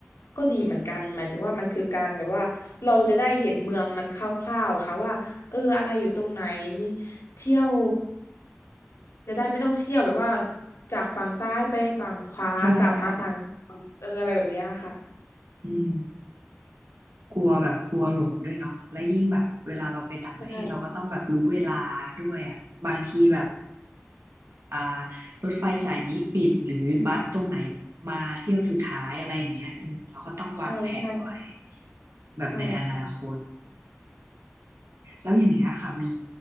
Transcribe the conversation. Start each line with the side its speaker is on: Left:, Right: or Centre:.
Left: ก็ดีเหมือนกันหมายถึงว่ามันคือการแบบว่าเราจะได้เห็นเมืองมันคร่าวๆค่ะว่าเอออะไรอยู่ตรงไหน เที่ยวจะได้ไม่ต้องเที่ยวแบบว่าจากฝั่งซ้ายไปฝั่งขวากลับมาทาง
Right: ใช่
Left: เอออะไรแบบเนี้ยค่ะ
Right: อืมกลัวแบบกลัวหลงด้วยเนาะและยิ่งแบบเวลาเราไปต่างประเทศเราก็ต้องแบบรู้เวลาด้วยอ่ะบางทีแบบ
Left: ใช่
Right: อ่ารถไฟสายนี้ปิดหรือบัสตรงไหนมาเที่ยวสุดท้ายอะไรอย่างเงี้ยเออเราก็ต้องวางแผนไว้
Left: ใช่ใช่ใช่
Right: แบบในอนาคต
Left: ใช่ค่ะ
Right: แล้วอย่างเงี้ยค่ะมี